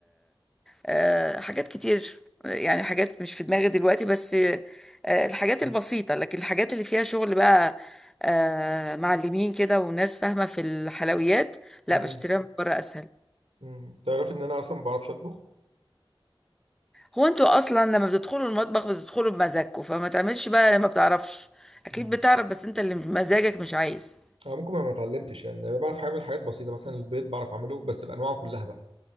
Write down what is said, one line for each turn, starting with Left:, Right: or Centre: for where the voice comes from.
Centre: آه، حاجات كتير يعني حاجات مش في دماغي دلوقتي بس آه، الحاجات البسيطه لكن الحاجات اللي فيها شغل بقى آه، معلمين كده وناس فاهمه في الحلويات لا
Right: امم
Centre: بشتريها من بره اسهل
Right: امم تعرف ان انا اصلا ما بعرفش اطبخ
Centre: هو انتوا اصلا لما بتدخلوا المطبخ بتدخلوا بمزاجكم فما تعملش بقى لما بتعرفش اكيد
Right: امم
Centre: بتعرف بس انت اللي مزاجك مش عايز
Right: انا ممكن ما ما اتعلمتش يعني انا بعرف اعمل حاجات بسيطه مثلا البيض بعرف اعمله بس بانواعه كلها بقى.